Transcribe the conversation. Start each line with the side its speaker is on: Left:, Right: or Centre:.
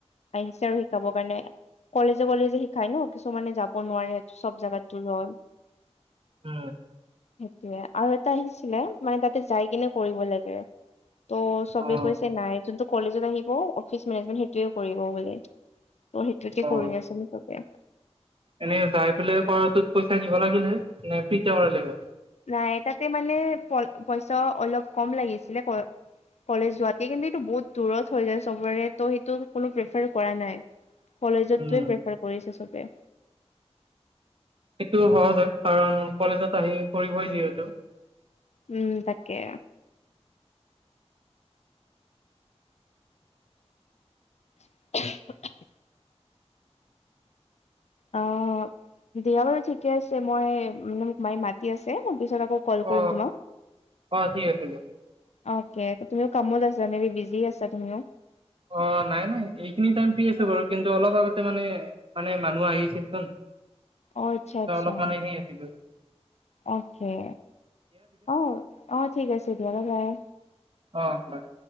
Left: আহিছে আৰু শিকাবৰ কাৰণে। কলেজে কলেজে শিকায় ন, কিছুমানে যাব নোৱাৰে চব জাগাত লয়।
Right: উ।
Left: সেয়া। আৰু এটা আহিছিলে, মানে তাতে যাই কেনে কৰিব লাগে। ত' চবে
Right: অ
Left: কৈছে নাই, যোনটো কলেজত আহিব অফিচ মেনেজমেন্ট সেইটোৱে কৰিব বোলে। ত' সেইটোকে কৰি
Right: অ
Left: আছো মুঠতে।
Right: এনে যাই পেলাই কৰাটোত পইচা দিব লাগিলে নে ফ্ৰীতে কৰালে লয়?
Left: নাই, তাতে মানে প পইচাও অলপ কম লাগিছিলে। ক কলেজ যোৱাতকে, কিন্তু এইটো বহুত দূৰত হৈ যায় চবৰে ত' সেইটো কোনো প্ৰেফাৰ কৰা নাই, কলেজৰতোৱে
Right: উম
Left: প্ৰেফাৰ কৰিছে চবে।
Right: সেইটো সহজ হয় কাৰণ কলেজত আহি কৰিবই যিহেতু।
Left: উম তাকে। <inaudible> অ', দিয়া বাৰু ঠিকে আছে, মই মানে মোক মাই মাতি আছে। মই পিছত আকৌ কল
Right: অ
Left: কৰিম তোমাক।
Right: অ ঠিক আছে দিয়ক
Left: অকে, তুমিও কামত আছা, মে বি বিজী আছা তুমিও।
Right: অ', নাই নাই এইখিনি টাইম ফ্ৰী আছো বাৰু কিন্তু অলপ আগতে মানে মানে মানুহ আহিছেছোন,
Left: অ' আচ্ছা
Right: ত'
Left: আচ্ছা
Right: অলপ মানে সেই আছিলো
Left: অকে, অ', অ'ঠিক আছে দিয়া, বা বাই।
Right: অ', হয়।